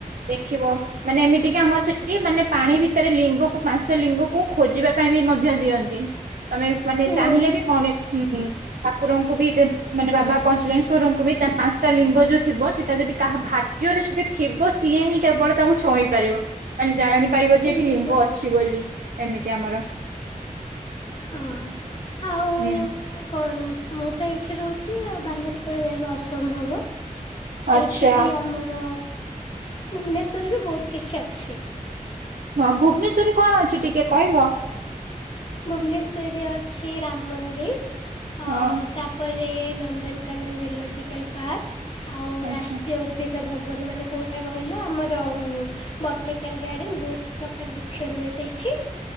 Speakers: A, on the right (about 80°); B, on the left (about 40°).
A: ଦେଖିବ। ମାନେ ଏମିତିକି ଆମର ସେଠି ମାନେ ପାଣି ଭିତେରେ ଲିଙ୍ଗକୁ ପାଂଶଟା ଲିଙ୍ଗକୁ ଖୋଜିବା ପାଇଁ ବି ମଧ୍ୟ ଦିଅନ୍ତି। ତମେ ମାନେ
B: ହୁଁ
A: ଚାହିଁଲେ ବି ମଣି ହୁଁ ଠାକୁରଙ୍କୁ ବି ଦେବୁ। ମାନେ ବାବା ପଞ୍ଚଲିଙ୍ଗେଶ୍ଵରଙ୍କୁ ବି ଚାର୍ ପାଂଶଟା ଲିଙ୍ଗ ଯୋଉ ଥିବ ସେଟା ଯଦି କାହା ଭାଗ୍ୟରେ ଯଦି। ଥିବ ସିଏ ହିଁ କେବଳ। ତାକୁ ଛୁଇଁ ପାରିବ ମାନେ ଜାଣି ପାରିବ
B: ହୁଁ
A: ଯେ ଏଠି ଲିଙ୍ଗ
B: ହୁଁ
A: ଅଛି ବୋଲି ଏମିତି ଆମର।
B: ହଁ ହଁ ଆଉ
A: ହୁଁ
B: ଆଉ। କଣ ମୁଁ ତ ଏଇଠି ରହୁଚି ଆଉ ବାଲେଶ୍ଵରରେ ଯାଇବା ଅସମ୍ଭବ।
A: ଆଚ୍ଛା
B: ଏଇଠି ବି ଆମର ଭୁବନେଶ୍ଵରରେ ବି ବହୁତ୍ କିଛି ଅଛି।
A: ହଁ ଭୁବନେଶ୍ୱରରେ କଣ ଅଛି ଟିକେ କହିବ?
B: ଭୁବନେଶ୍ୱରେ ଅଛି ରାମ ମନ୍ଦିର୍
A: ହଁ
B: ଆଉ ତା ପରେ ନନ୍ଦନକାନନ ଜୁଲୋଜିକାଲ ପାର୍କ ଆଉ
A: ଆଚ୍ଛା
B: ରାଷ୍ଟ୍ରୀୟ ଉ ସେ ତା ଭବନ ମାନେ କୋଉଟା କହିଲ ଆମର। ବଟନିକାଲ ଗାର୍ଡେନ ବହୁତ୍ ପ୍ରକାର୍ ବୃକ୍ଷ ରୁହେ ସେଇଠି।